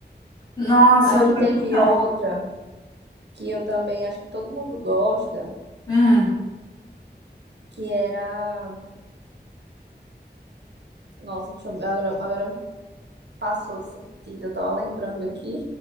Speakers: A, on the left; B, on the right.
A: Nossa,
B: Acho
A: eu também
B: que teve
A: não.
B: outra que eu também acho que todo mundo gosta,
A: Hum.
B: que era. Nossa, deixa eu... agora, agora passou do sentido. Eu tava lembrando aqui.